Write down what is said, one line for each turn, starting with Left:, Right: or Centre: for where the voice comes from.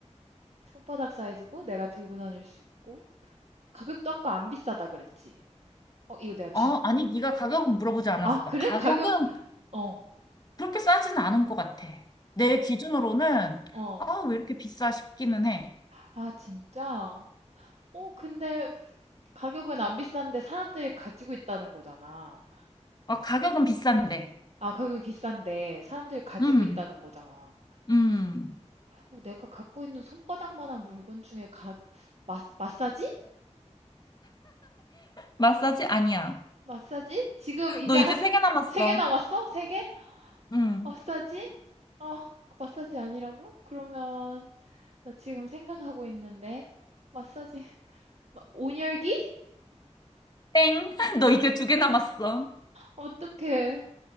Right: 손바닥 사이즈고 내가 들고 다닐 수 있고 가격도 아까 안 비싸다 그랬지? 어, 이거 내가
Left: 어, 아니, 네가 가격은 물어보지 않았어.
Right: 아, 그래?
Left: 가격은
Right: 가격, 어,
Left: 그렇게 싸진 않은 것 같아. 내 기준으로는,
Right: 어.
Left: 아, 왜 이렇게 비싸 싶기는 해.
Right: 아, 진짜? 어, 근데 가격은 안 비싼데 사람들이 가지고 있다는 거잖아.
Left: 어, 가격은 비싼데.
Right: 아, 가격이 비싼데 사람들이 가지고
Left: 음,
Right: 있다는 거잖아.
Left: 음.
Right: 어, 내가 갖고 있는 손바닥만한 물건 중에 가, 마, 마사지?
Left: 마사지 아니야.
Right: 마사지? 지금 이제
Left: 너
Right: 한
Left: 이제 세 개 남았어.
Right: 세 개 남았어? 세 개?
Left: 응.
Right: 마사지? 아, 마사지 아니라고? 그러면 나 지금 생각하고 있는데 마사지, 마- 온열기?
Left: 땡. <laughs> 너 이제 두 개 남았어.
Right: 어떡해.